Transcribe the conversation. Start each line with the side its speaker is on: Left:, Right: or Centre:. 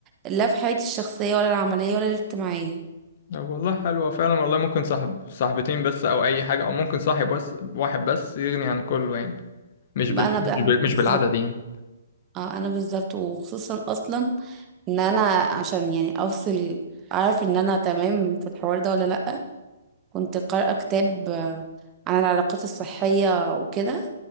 Right: لا في حياتي الشخصيه ولا العمليه ولا الاجتماعيه
Left: طب والله حلوة فعلا والله ممكن صاحب صاحبتين بس او اي حاجة او ممكن صاحب بس واحد بس يغني عن كله يعني مش
Right: بقى
Left: بال...
Right: انا بقى
Left: مش
Right: أنا
Left: بال... مش
Right: بالظبط
Left: بالعدد يعني
Right: اه انا بالظبط وخصوصا اصلا ان انا عشان يعني افصل اعرف ان انا تمام في الحوار ده ولا لا كنت قارئه كتاب آه، عن العلاقات الصحيه وكده